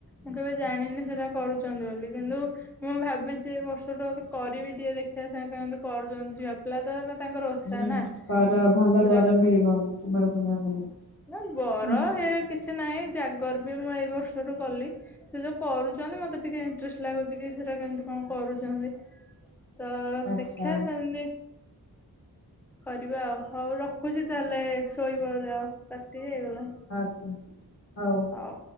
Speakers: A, in the centre; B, on the left.
A: ମୁଁ କେବେ ଜାଣିନି ସେଟା କରୁଛନ୍ତି ବୋଲି କିନ୍ତୁ। ମୁଁ ଭାବିଛି ଏ ବର୍ଷ ଟାେ କରିବି ଟିକେ ଦେଖିବା ସାଙ୍ଗ କମିତି କରୁଛନ୍ତି ଝିଅ ପିଲା ତ। ତାଙ୍କର ଓଷା
B: ହୁଁ
A: ନା
B: କର ଭଲ
A: ସେଟା
B: ବର ମିଳିବ କୁମାର ପୂର୍ଣ୍ଣିମା କଲେ।
A: ନା ବର
B: ହୁଁ ହୁଁ।
A: ହେ କିଛି ନାହିଁ ଜାଗର ବି ମୁଁ ଏଇ ବର୍ଷଠୁ କଲି। ସେ ଯୋଉ କରୁଛନ୍ତି ମତେ ଟିକେ ଇଣ୍ଟରେଷ୍ଟ ଲାଗୁଛି କି ସେଟା କେମିତି କଣ କରୁଛନ୍ତି ତ
B: ଆଚ୍ଛା
A: ଦେଖିବା ସେମତି। କରିବା ଆଉ ହଉ ରଖୁଛି ତାହେଲେ ଶୋଇବ ଯାଅ ରାତିି ହେଇଗଲା ନି।
B: ଆଜ୍ଞା ହଉ।
A: ହଉ